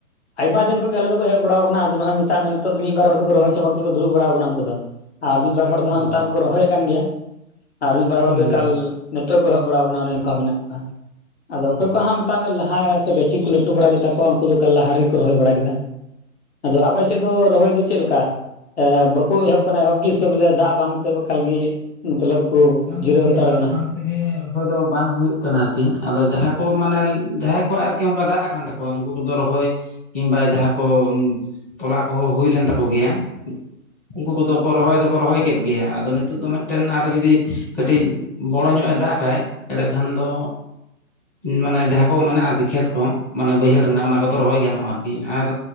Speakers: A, on the left; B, in the centre.
A: ᱟᱭᱢᱟ ᱫᱤᱱ ᱠᱷᱚᱡ ᱜᱮ ᱟᱞᱮ <unintelligible> <unintelligible> ᱦᱮᱡ ᱵᱟᱲᱟᱣ ᱠᱟᱱᱟ ᱟᱫᱚ ᱱᱚᱜᱼᱚᱸᱭ ᱢᱮᱛᱟᱜ ᱢᱮ ᱱᱤᱛᱚᱜ ᱢᱤᱫ ᱵᱟᱨ ᱦᱚᱲ ᱫᱚᱠᱚ ᱨᱚᱦᱚᱭ ᱪᱟᱵᱟ ᱠᱟᱛᱮ ᱫᱩᱲᱩᱵ ᱵᱟᱲᱟ ᱟᱠᱟᱱᱟ ᱩᱱᱠᱩ ᱫᱚ ᱟᱨ ᱢᱤᱫ ᱵᱟᱨ ᱦᱚᱲ ᱫᱚ ᱦᱟᱸᱜ
B: ᱚ
A: <unintelligible> ᱢᱟᱠᱚ ᱨᱚᱦᱚᱭᱮᱫ ᱠᱟᱱ ᱜᱮᱭᱟ ᱟᱨ ᱢᱤᱫ ᱵᱟᱨ ᱦᱚᱲ
B: ᱦᱮᱸ
A: ᱫᱚ
B: ᱦᱮᱸ
A: ᱮᱠᱟᱞ ᱱᱤᱛᱚᱜ ᱠᱚ ᱮᱦᱚᱵ ᱵᱟᱲᱟ ᱟᱠᱟᱱᱟ ᱚᱱᱮ ᱚᱱᱠᱟ ᱢᱮᱱᱟᱜ ᱠᱚᱣᱟ ᱟᱫᱚ
B: ᱚ
A: ᱚᱠᱚᱭ ᱠᱚ ᱦᱟᱸᱜ ᱢᱮᱛᱟᱜ ᱢᱮ ᱞᱟᱦᱟ ᱥᱮᱜᱮᱡ ᱪᱮᱫ ᱠᱚ ᱞᱟᱹᱴᱩ ᱵᱟᱲᱟ ᱠᱮᱫᱟ ᱠᱚᱣᱟ ᱩᱱᱠᱩ ᱫᱚ ᱠᱟᱞ ᱞᱟᱦᱟ ᱨᱮᱠᱚ ᱨᱚᱦᱚᱭ ᱵᱟᱲᱟ ᱠᱮᱫᱟ ᱟᱫᱚ ᱟᱯᱮ ᱥᱮᱫ ᱫᱚ ᱨᱚᱦᱚᱭ ᱫᱚ ᱪᱮᱫ ᱞᱮᱠᱟ ᱵᱟᱠᱚ ᱮᱦᱚᱵ ᱠᱟᱱᱟ ᱮᱦᱚᱵ ᱜᱤᱥ ᱵᱚᱞᱮ ᱫᱟᱜ ᱵᱟᱝᱛᱮ ᱮᱠᱟᱞ ᱜᱮ ᱢᱚᱛᱞᱚᱵ ᱠᱚ
B: ᱵᱟᱝ
A: ᱡᱤᱨᱟᱹᱣ
B: ᱜᱚᱝᱠᱮ
A: ᱦᱟᱛᱟᱲ
B: ᱫᱟᱜ
A: ᱠᱟᱱᱟ
B: ᱵᱟᱝ ᱛᱮᱜᱮ ᱨᱚᱦᱚᱭ ᱫᱚ ᱵᱟᱝ ᱦᱩᱭᱩᱜ ᱠᱟᱱᱟ ᱟᱨᱠᱤ ᱟᱫᱚ ᱡᱟᱦᱟᱸᱭ ᱠᱚ ᱢᱟᱱᱮ ᱡᱟᱦᱟᱸᱭ ᱠᱚᱣᱟᱜ ᱟᱨᱠᱤ ᱚᱱᱠᱟ ᱫᱟᱜ ᱠᱟᱱ ᱛᱟᱠᱚᱣᱟ ᱩᱱᱠᱩ ᱠᱚᱫᱚ ᱨᱚᱦᱚᱭ ᱠᱤᱝᱵᱟ ᱡᱟᱦᱟᱸ ᱠᱚ ᱛᱚᱞᱟ ᱠᱚᱦᱚᱸ ᱦᱩᱭ ᱞᱮᱱ ᱛᱟᱠᱚ ᱜᱮᱭᱟ ᱩᱱᱠᱩ ᱠᱚᱫᱚ ᱠᱚ ᱨᱚᱦᱚᱭ ᱫᱚᱠᱚ ᱨᱚᱦᱚᱭ ᱠᱮᱫ ᱜᱮᱭᱟ ᱟᱫᱚ ᱱᱤᱛᱚᱜ ᱫᱚ ᱢᱤᱫᱴᱮᱱ ᱟᱨᱚ ᱡᱩᱫᱤ ᱠᱟᱹᱴᱤᱡ ᱵᱚᱲᱚ ᱧᱚᱜ ᱮ ᱫᱟᱜᱟᱭ ᱮᱰᱮᱠᱷᱟᱱ ᱫᱚ ᱢᱟᱱᱮ ᱡᱟᱦᱟᱸ ᱠᱚ ᱢᱮᱱᱟᱜ-ᱟ ᱟᱨᱠᱤ ᱠᱷᱮᱛ ᱠᱚᱦᱚᱸ ᱢᱟᱱᱮ ᱵᱟᱹᱭᱦᱟᱹᱲ ᱨᱮᱱᱟᱜ ᱚᱱᱟ ᱠᱚᱫᱚ ᱨᱚᱦᱚᱭ ᱜᱟᱱᱚᱜ-ᱟ ᱟᱨᱠᱤ ᱟᱨ